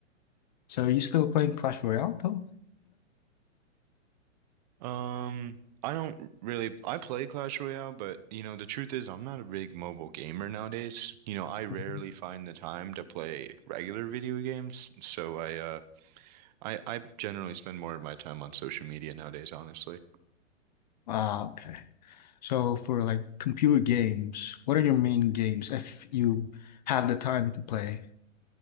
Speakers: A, on the left; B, on the right.
A: So are you still playing Clash Royale though?
B: Um, I don't really, I play Clash Royale, but you know, the truth is I'm not a big mobile gamer nowadays. You know, I rarely
A: Mhm.
B: find the time to play regular video games, so I uh I I generally spend more of my time on social media nowadays, honestly.
A: Ah, okay. So for like computer games, what are your main games if you have the time to play?